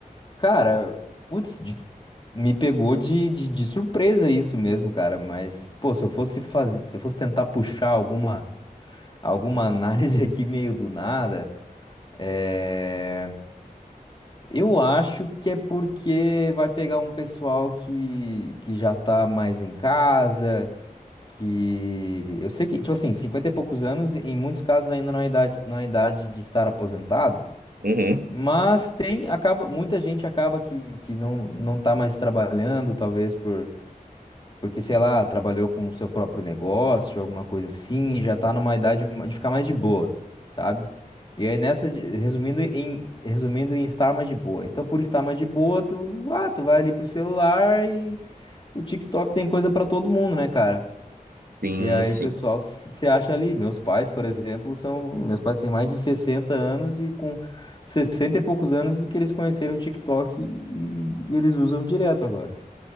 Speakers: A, on the left; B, on the right.
A: cara, putz, de- me pegou de, de, de surpresa isso mesmo, cara. Mas, pô, se eu fosse fazer, se eu fosse tentar puxar alguma, alguma análise <laughs> aqui meio do nada, é, eu acho que é porque vai pegar um pessoal que, que já tá mais em casa, que eu sei que, tipo assim, 50 e poucos anos, em muitos casos ainda não é idade, não é idade de estar aposentado.
B: Uhum.
A: Mas tem, acaba, muita gente acaba que, que não, não tá mais trabalhando, talvez por, porque, sei lá, trabalhou com o seu próprio negócio, alguma coisa assim, e já tá numa idade de ficar mais de boa, sabe? E aí nessa, de- resumindo em, resumindo em estar mais de boa. Então, por estar mais de boa, tu, ah, tu vai ali pro celular e o TikTok tem coisa pra todo mundo, né, cara?
B: Sim,
A: E aí
B: sim.
A: o pessoal se se acha ali. Meus pais, por exemplo, são. Meus pais têm mais de 60 anos e com 60 e poucos anos que eles conheceram o TikTok e e eles usam direto agora.